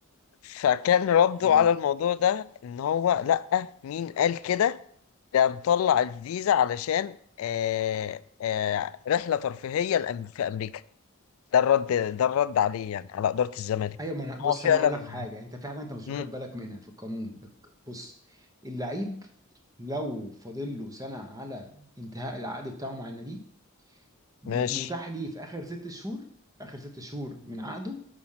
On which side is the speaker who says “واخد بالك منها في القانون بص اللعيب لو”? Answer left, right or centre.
Right